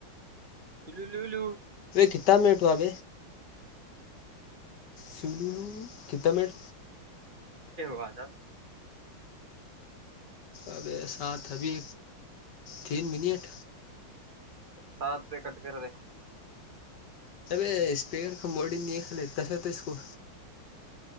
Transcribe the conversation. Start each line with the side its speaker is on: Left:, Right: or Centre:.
Right: ಸ ಲ
Left: ಕಿಾ ಮೇಳ್ಟು ಅಬ ಸಿ್ಣು ಕಿಿತಮೆೇಳ
Right: ಹದ
Left: ಅದೇ ಸಾ ಅಭಿ ತೀನ್ ಮಿನಟ
Right: ಸಾ ರೂಪಿ ಕಟ್ಕದೆ
Left: ಅೇ ಸ್ಪೀಕರ್ ಕ ಮೋಡಿ ನೀಾಲ ತಸ ತ ಇಕೋ